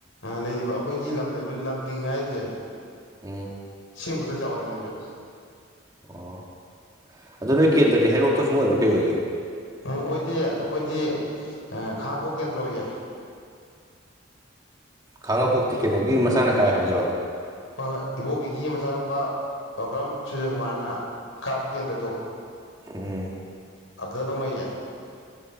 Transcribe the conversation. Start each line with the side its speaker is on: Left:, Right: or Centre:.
Left: ꯂꯩꯔꯤꯕ ꯑꯩꯈꯣꯏꯒꯤ ꯂꯝ ꯂꯩꯔꯤꯕ ꯂꯝ ꯇꯤꯡ ꯍꯥꯏꯔꯤꯁꯦ
Right: ꯎꯝ
Left: ꯁꯦꯡꯕꯗ ꯆꯥꯎꯋꯤ ꯃꯣꯏꯁꯨ
Right: ꯑꯣ ꯑꯗꯣ ꯅꯣꯏ ꯀꯦꯟꯗ꯭ꯔꯗꯤ ꯍꯩꯔꯣꯛꯇ ꯁꯨꯝ ꯑꯣꯏꯕ꯭ꯔꯥ ꯀꯩ ꯑꯣꯏꯒꯦ
Left: ꯎꯝ ꯑꯣꯏꯗꯦ ꯑꯩꯈꯣꯏꯗꯤ ꯈꯥꯉꯕꯣꯛ ꯀꯦꯟꯗ꯭ꯔ ꯑꯣꯏꯌꯦ
Right: ꯈꯥꯡꯉꯕꯣꯛꯇꯤ ꯀꯩꯅꯣꯒꯤ ꯃꯆꯥꯅ ꯀꯥꯏ ꯍꯥꯏꯕꯗꯨꯔꯣ
Left: ꯍꯣꯏ ꯍꯣꯏ ꯏꯕꯣꯕꯤꯒꯤ ꯃꯆꯥꯅꯨꯄꯥ ꯑꯣꯀ꯭ꯔꯝ ꯁꯨꯔꯖꯀꯨꯃꯥꯔꯅ ꯀꯥꯕ ꯀꯦꯟꯗ꯭ꯔꯗꯣ
Right: ꯎꯝ
Left: ꯑꯗ ꯑꯗꯨꯝ ꯑꯣꯏꯌꯦ